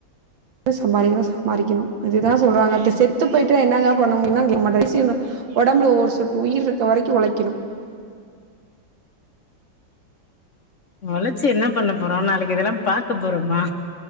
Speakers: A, on the right; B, on the left.
A: ணு சம்பாரிக்கணு சம்பாரிக்கணு இதுதா சொல்றாங்க து செத்து போயிட்டா என்னங்க பண்ண முடியுனா கிர்மா பேசினா ஓடம்புல ஒரு சொட்டு உயிர் இருக்க வரைக்கூ ஓழைக்கணு
B: ஒழச்சு என்ன பண்ண போறோ நாளைக்கு இதெல்லா பாக்க போறோமா